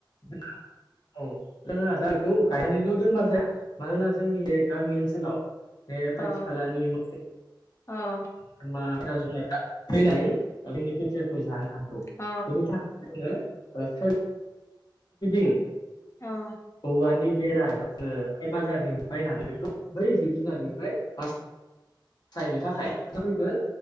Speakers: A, on the left; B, on the left.
A: <unintelligible> औ जोंहा दा इखौ गायनानैल' दोनबा जाया मानोना जोंनि बे गामि ओनसोलाव बे खाथि
B: औ
A: खालानि मोनसे
B: औ।
A: <unintelligible> फैनानै जोंनि खोथियाखौ जानो हागौ
B: औ
A: बेनि थाख <inaudible>
B: औ।
A: औवानि बेरा एबा <unintelligible> हाथाय बाजारनि बायनानै बेखौ बै जिब जुनारनिफ्राय बास सायनो थाखाय <unintelligible> गोन